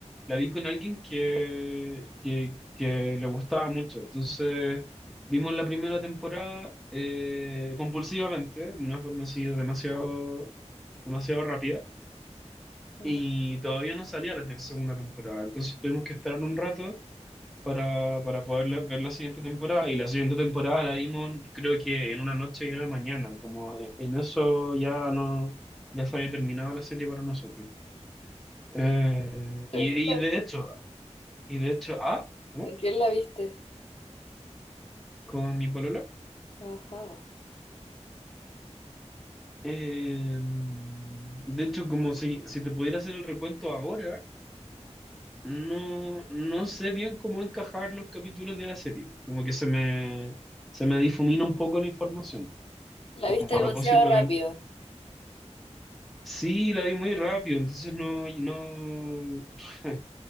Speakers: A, in the centre; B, on the left (about 50°).
A: la vi con alguien que, que, que le gustaba mucho. Entonces, vimos la primera temporada eh, compulsivamente, de una forma así demasiado, demasiado rápida,
B: Ujú.
A: y todavía no salía la te- segunda temporada. Entonces, tuvimos que esperar un rato para, para poder la- ver la siguiente temporada. Y la siguiente temporada la vimos, creo que en una noche y en una mañana, como en en eso ya no, ya se había terminado la serie para nosotros. Eh,
B: ¿Con
A: y,
B: quién la,
A: y de
B: vi-
A: hecho, y de hecho, ah, ¿cómo?
B: con quién la viste?
A: Con mi polola.
B: Ajá.
A: Eh, de hecho, como si, si te pudiera hacer el recuento ahora, no, no sé bien cómo encajar los capítulos de la serie. Como que se me, se me difumina un poco la información.
B: La viste
A: A
B: demasiado
A: propósito
B: rápido.
A: del- Sí, la vi muy rápido, entonces no, no, <laughs>